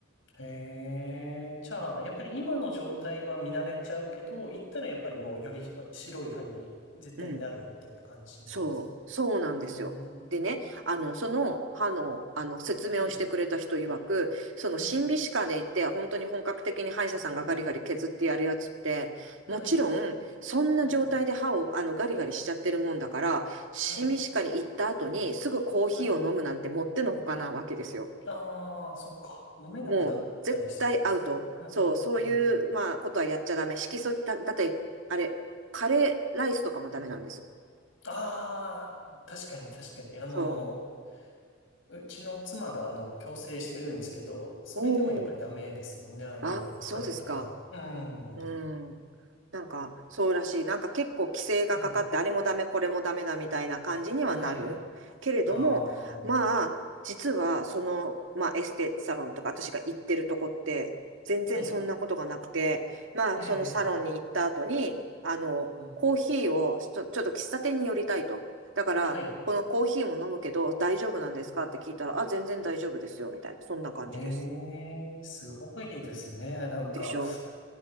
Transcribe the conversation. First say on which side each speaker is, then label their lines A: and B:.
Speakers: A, on the left; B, on the right.
A: へえ、じゃあ、やっぱり今の状態は見慣れちゃうけど、行ったらやっぱりもうより白い歯に絶対になるみたいな感じなんですね。
B: うんそう、そうなんですよ。
A: うーん。
B: でね、あの、その歯の、あの、説明をしてくれた人曰く、
A: はい。
B: その審美歯科で行って、
A: ええ。
B: 本当に本格的に歯医者さんがガリガリ削ってやるやつって、
A: はい。
B: もちろん、そんな状態で歯を、
A: うんうん。
B: あの、ガリガリしちゃってるもんだから、審美歯科に行った後に、
A: はい。
B: すぐコーヒーを飲むなんてもってのほかなわけですよ。
A: はい。ああ、そっか。飲めなくなったりするんですね。
B: もう、絶対アウト。
A: うん。
B: そう、そういう、
A: うんうん。あ
B: まあ、ことはやっちゃダメ。色素、だ、だって、あれ、カレーライスとかもダメなんです。
A: あ、確かに確かに。あの、
B: そ
A: うちの妻があの、矯正してるんですけど、それでもやっぱりダメですもんね。
B: う。おー
A: ああいうあの、
B: ああ、そうですか。
A: カレーとか。うん。
B: うん。なんか、そうらしい。なんか結構規制がかかって、
A: ええ。
B: あれもダメ、これもダメだみたいな感じにはなる。
A: はい。
B: けれども、
A: ああ、
B: まあ、
A: は
B: 実は、その、まあ、エステサロンとか私が行ってるとこって、全然そんなことがなくて、
A: い。
B: まあ、
A: ええ、
B: そのサロンに行った後に、
A: ええ
B: あの、
A: うんうん
B: コーヒーをちょ、ちょっと喫茶店に寄りたいと。だから、
A: はい。
B: このコーヒーも飲むけど、大丈夫なんですかって聞いたら、あ、全然大丈夫ですよ、みたいな、そんな感じです。
A: ええ、すごいですね。なんか、
B: でしょ